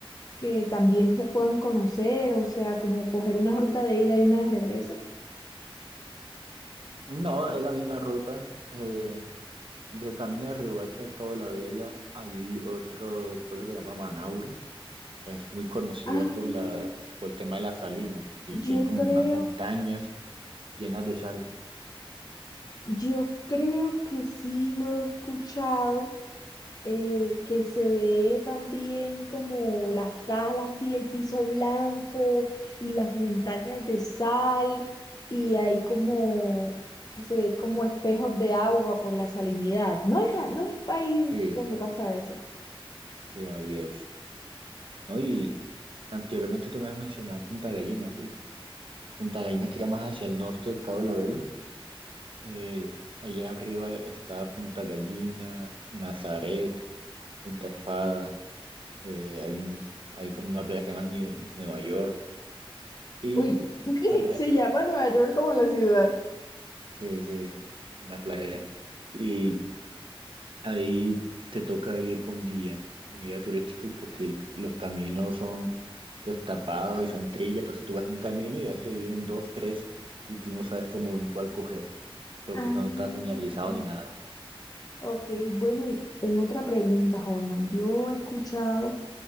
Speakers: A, on the left; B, on the right.
A: que también se puedan conocer, o sea, como coger una ruta de ida y una de regreso?
B: No, es la misma ruta. eh, de camino de Riohacha al Cabo de la Vela hay otro pueblo que se llama Manaure. Es muy conocida
A: Ah,
B: por, la, por el tema de las salinas y
A: yo
B: tiene como
A: creo,
B: unas montañas llenas de sal.
A: yo creo que sí lo he escuchado, eh, que se ve también como la sal, así el piso blanco y las montañas de sal, y hay como, se ve como espejos de agua por la salinidad. No es, a- no es país
B: Sí,
A: donde pasa eso.
B: sí, ahí es. ¿No? Y anteriormente tú me has mencionado Punta Gallina, ¿sí? Punta Gallina queda más hacia el norte del Cabo de la Vela. Eh, allá arriba está Punta Gallina, Nazaret Punta Espada, eh, hay, un- hay como una playa que se llama New- Nueva York y
A: Uy, <laughs>
B: para,
A: se llama Nueva York como la ciudad.
B: sí, sí, una playa allá. Y ahí te toca ir con guía, guía turístico porque el- los caminos son destapados y son trillas, entonces tú vas en un camino y a veces se vienen dos, tres y tú no sabes cómo en cuál coger porque
A: Ah,
B: eso no está señalizado
A: ujú.
B: ni nada.
A: ok, bueno, y tengo otra pregunta, Holman. Yo he escuchado